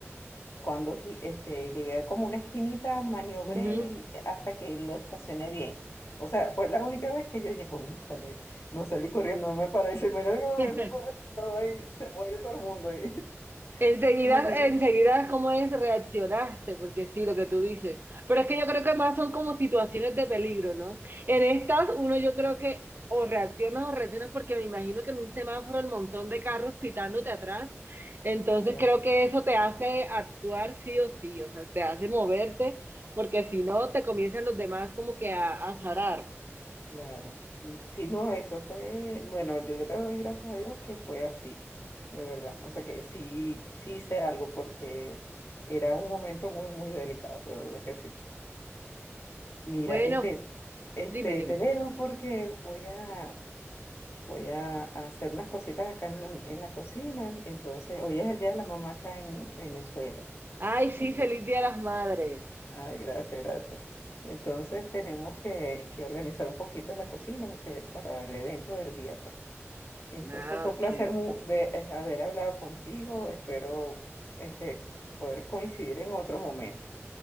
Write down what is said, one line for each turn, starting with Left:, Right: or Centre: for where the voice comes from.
Left: Cuando gi- este, llegué como una esquinita, maniobré
Right: Ujú.
Left: el- hasta que lo estacioné bien. O sea, fue la única vez que yo dije, cónchale, no salí corriendo, no me paré, se me que me
Right: <laughs>
Left: hubiese parado ahí, se muere todo el mundo ahí. <laughs>
Right: Enseguida,
Left: Es horrible.
Right: enseguida, ¿cómo es? Reaccionaste, porque sí, lo que tú dices. Pero es que yo creo que más son como situaciones de peligro, ¿no? En estas, uno yo creo que o reaccionas o reaccionas porque me imagino que en un semáforo el montón de carros pitándote atrás. Entonces
Left: Claro,
Right: creo que eso te hace actuar sí o sí, o sea, te hace moverte, porque si no, te comienzan los demás como que a, a zarar.
Left: claro. Mm, Sí, no, eso fue, bueno, yo le doy gracias a Dios que fue así, de verdad. O sea que sí, sí hice algo porque era un momento muy, muy delicado, de verdad que sí. Mira,
Right: Bueno,
Left: este, este,
Right: dime, dime.
Left: te dejo porque voy a Voy a, a hacer unas cositas acá en la, en la cocina. Entonces, hoy es el día de la mamá acá en Venezuela.
Right: Ay, sí,
Left: Entonces,
Right: feliz Día de las Madres.
Left: ay, gracias, gracias. Entonces, tenemos que, que organizar un poquito la cocina porque para el evento del día, pues. Entonces,
Right: Ah,
Left: fue un
Right: ok.
Left: placer mu- ve- eh, haber hablado contigo. Espero este, poder coincidir en otro momento.